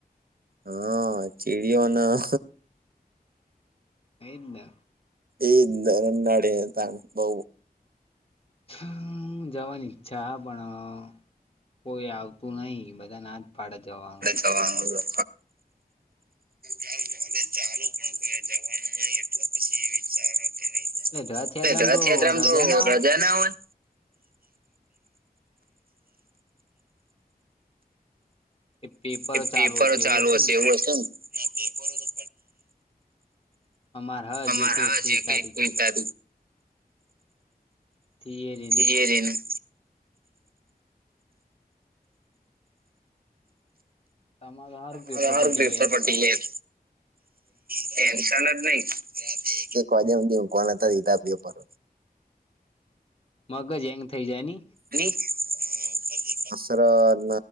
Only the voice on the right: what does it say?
હા ચીડીઓના
એનાડે તણ બઉ.
જવાનું ચાલ ભલે ચાલુ પણ કોઈ જવાનું નઈિ એટલે પછી વિચાર
રથયાત્રામાં
તો
રજા ના હોય.
કે પેપર
ચાલુ
હશે
એ પ
અમારા
હજ
એક વિતા.
થિયરીનું
હ યારું
પપર
પીંગ. ટેન્શન જ નહી એક એક વાજ્યા દવ કોણ હતા દીતા આપપર
હા ઉપર દઈખ કસરત